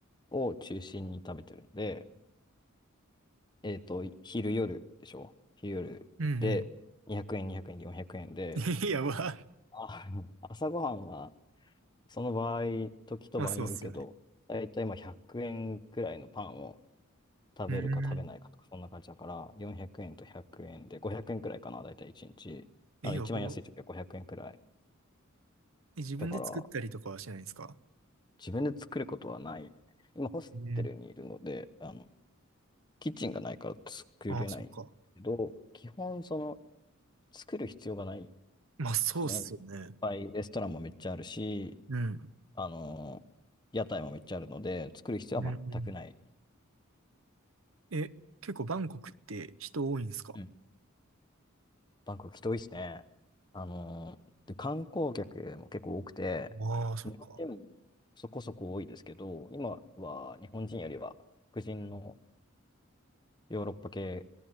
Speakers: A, on the left; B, on the right.
A: を中心に食べてるので、えっと、昼夜でしょ昼夜で、
B: うんうん
A: 200円、200円で400円で、
B: <laughs> え、やば。
A: あ <laughs>、朝ごはんは、その場合、時と場合によるけど、
B: まあそうっすよね。
A: だいたいまあ100円くえんくらいのパンを食べるか食べないかとか、
B: うーん。
A: そんな感じだから、400円と100円で、500円くえんくらいかな、だいたい1日。
B: え、
A: なので、
B: やば。
A: 一番安い時は500円くえんくらい。
B: え、自分で作ったりとかはしないんですか
A: だから、自分で作ることはない。今、ホステルにいるので、
B: ね
A: あの、キッチンがないから作れないけど、
B: ああ、そっか。
A: 基本、その、作る必要がない。
B: まあそうっすよね。
A: ですね。いっぱいレストランもめっちゃあるし、
B: うん。
A: あのー屋台もめっちゃあるので、作る必要は全くない。
B: うん。え、結構バンコクって人多いんですか
A: うん。バンコク人多いですね。あのーで、観光客も結構多くて、
B: ああ、そっか。
A: 日本人もそこそこ多いですけど、今は日本人よりは白人のヨーロッパ系、